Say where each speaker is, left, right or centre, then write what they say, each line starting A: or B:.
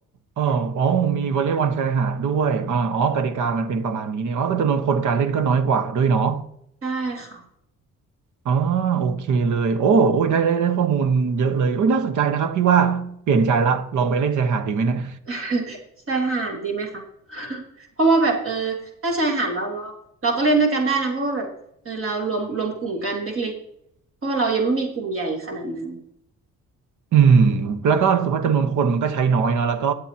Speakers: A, on the right; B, on the right.
A: อ๋ออ๋อมีวอลเลย์บอลชายหาดด้วยอ่าอ๋อกติกามันเป็นประมาณนี้เนี่ยอ๋อก็จำนวนคนการเล่นก็น้อยกว่าด้วยเนาะ
B: ๆได้ค่ะ
A: อ๋อโอเคเลยโอ้โอ้ยได้ได้ได้ข้อมูลเยอะเลยโอ้ยน่าสนใจนะครับพี่ว่าเปลี่ยนใจละ ลองไปเล่นชายหาดดีไหมเนี่ย
B: <laughs> ชายหาดดีไหมคะ <laughs> เพราะว่าแบบเออถ้าชายหาดเราเราเราก็เล่นด้วยกันได้นะเพราะว่าแบบเออเรารวมรวมกลุ่มกันเล็กๆเพราะว่าเรายังไม่มีกลุ่มใหญ่ขนาดนั้น
A: อืมแล้วก็รู้สึกว่าจำนวนคนมันก็ใช้น้อยเนาะแล้วก็